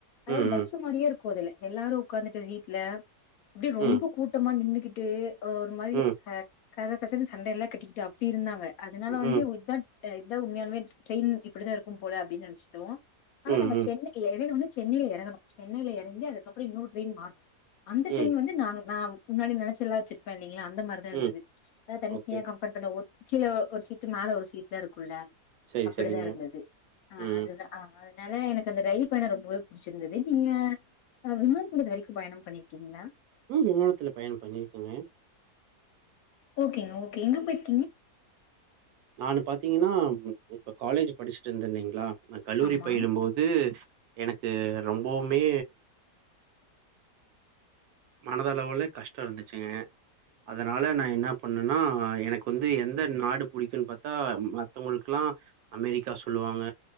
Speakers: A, on the left; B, on the right.
A: அதாது
B: ம்,
A: பஸ்
B: ம்,
A: மாரியே இருக்கும் அதுல்ல எல்லாரு உக்காந்துட்டு சீட்ல அப்டியே ரொம்ப
B: ம்,
A: கூட்டமா நின்னுகிட்டு ஒரு மாரி
B: ம்,
A: கச கசனு சண்ட எல்லா கட்டிக்கிட்டு அப் அப்டி இருந்தாங்க அதுனால
B: ம், ம்,
A: வந்து இதுதா இதா உண்மையாலுமே ட்ரெயின் இப்டிதா இருக்கும் போல அப்படின் நெனைச்சிட்டோ ஆனா
B: ம்,
A: நாங்க சென்னை எடேல வந்து சென்னைல இறங்கணும் சென்னைல இறங்கி அதுக்கப்பற இன்னோர் ட்ரெயின் மார்னு அந்த
B: ம்,
A: ட்ரெயின் வந்து நா நா முன்னாடி நினச்சுல்லா வச்சுருப்ப இல்லீங்களா அந்த மாரி தா
B: ம்.
A: இருந்தது அதா தனி
B: ஓகே.
A: தனியா கம் பாட் பண்ண ஒரு கீழ ஒரு சீட் மேல ஒரு சீட்லா இருக்குல்ல
B: சரி,
A: அப்டிதா
B: சரிங்க.
A: இருந்தது ஆ
B: ம்.
A: அதுதா ஆ அதுனால எனக்கு அந்த ரயில் பயண ரொம்பவே புடிச்சிருந்தது நீங்க அ விமானத்துலத்து இது வரைக்கும் பயண பண்ணி கீங்களா
B: ம் விமானத்துல பயண பண்ணிருக்கங்க
A: ஓகேங்க ஓகே எங்க போய்ருக்கீங்க
B: நானு பாத்தீங்கன்னா இப்ப காலேஜ் படிச்சுட்டு இருந்த இல்லீங்களா நா கல்லூரி
A: ஆமா,
B: பயிலு போது து எனக்கு ரொம்பவுமே மனது அளவுல கஷ்ட இருந்துச்சுங்க அதுனால நா என்ன பண்ணன்னா எனக்கு வந்து எந்த நாடு புடிக்குன்னு பாத்தா மத்தவங்களுக்குல்லா அமெரிக்கா சொல்லுவாங்க